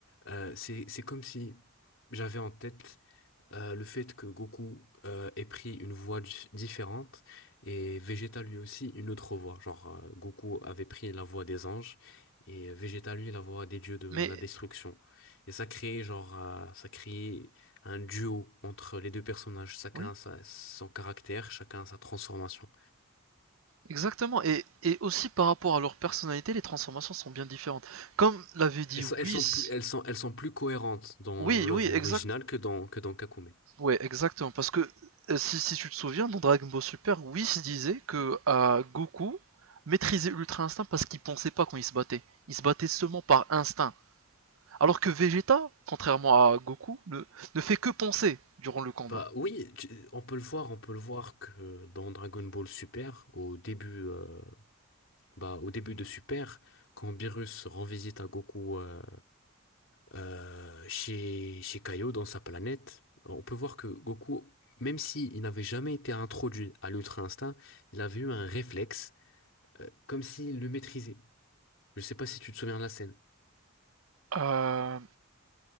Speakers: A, on the left; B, on the right.
A: euh, c'est c'est comme si j'avais en tête euh, le fait que Goku euh, ait pris une voie dif- différente et Vegeta lui aussi une autre voie. Genre euh, Goku avait pris la voie des anges et Vegeta lui la voie des dieux de
B: Mais
A: la destruction. Et ça créait genre euh, ça créait un duo entre les deux personnages. Chacun
B: oui,
A: a sa- son caractère, chacun a sa transformation.
B: exactement. Et, et aussi par rapport à leur personnalité, les transformations sont bien différentes. Comme l'avait dit
A: Elles sont,
B: Whis.
A: elles sont plus, elles sont, elles sont plus cohérentes dans
B: Oui,
A: l'œuvre
B: oui, exact.
A: originale que dans, que dans Kakume.
B: Ouais, exactement. Parce que euh, si, si tu te souviens, dans Dragon Ball Super, Whis disait que euh, Goku maîtrisait l'Ultra Instinct parce qu'il pensait pas quand il se battait. Il se battait seulement par instinct. Alors que Vegeta, contrairement à Goku, ne, ne fait que penser durant le combat.
A: Bah oui, tu- on peut le voir, on peut le voir que dans Dragon Ball Super, au début, euh, bah, au début de Super, quand Beerus rend visite à Goku euh, euh, chez, chez Kaio dans sa planète, on peut voir que Goku, même si il n'avait jamais été introduit à l'Ultra Instinct, il avait eu un réflexe, euh, comme s'il le maîtrisait. Je sais pas si tu te souviens de la scène.
B: Euh,